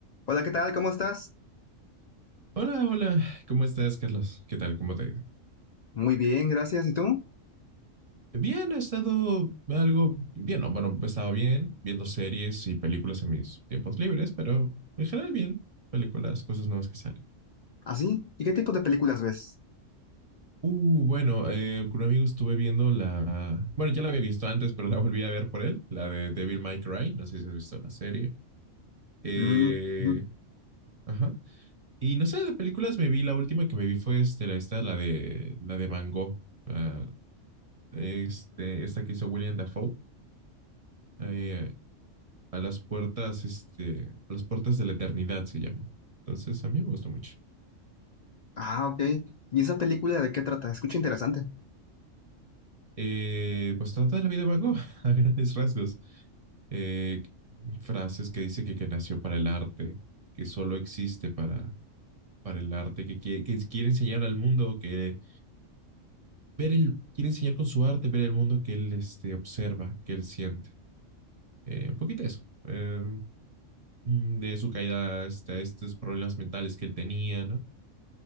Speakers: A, on the left; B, on the right.
A: Hola, ¿qué tal? ¿Cómo estás?
B: Hola, hola, ¿cómo estás, Carlos? ¿Qué tal? ¿Cómo te ha ido?
A: Muy bien, gracias. ¿Y tú?
B: Bien, he estado algo bien, no, bueno, estaba bien viendo series y películas en mis tiempos libres, pero en general bien, películas, cosas nuevas que salen.
A: ¿Ah, sí? ¿Y qué tipo de películas ves?
B: Uh, bueno, eh, con un amigo estuve viendo la, bueno, ya la había visto antes, pero la volví a ver por él, la de Devil May Cry, no sé si has visto la serie. Eh,
A: Mm, ujú.
B: ajá. Y no sé, de películas me vi, la última que me vi fue este, la, esta, la de, la de Mango, ah, este, esta que hizo William Dafoe. eh, a las puertas, este, a las puertas de la eternidad se llama. Entonces, a mí me gustó mucho.
A: Ah, ok. ¿Y esa película de qué trata? Escucha interesante.
B: Eh, pues trata de la vida de Van Gogh <laughs> a grandes rasgos. Eh, frases que dice que, que nació para el arte, que solo existe para, para el arte, que, quiere- que quiere enseñar al mundo, que ver el, quiere enseñar con su arte, ver el mundo que él este, observa, que él siente. Eh, un poquito eso. Eh, mm, de su caída este, a estos problemas mentales que él tenía, ¿no?